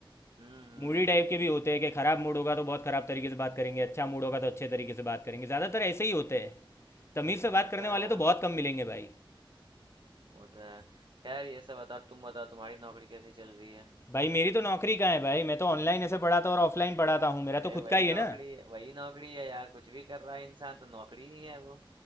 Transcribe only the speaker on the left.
मूडी टाइप के भी होते हैं कि खराब मूड होगा तो बहुत खराब तरीके से बात करेंगे अच्छा मूड होगा तो अच्छे तरीके से बात करेंगे ज़्यादातर ऐसे ही होते हैं तमीज़
से
बात करने
वाले तो बहुत कम मिलेंगे भाई
भाई मेरी तो नौकरी का है भाई मैं तो ऑनलाइन ऐसे पढ़ाता और ऑफलाइन पढ़ाता हूँ मेरा
तो खुद
का ही है
ना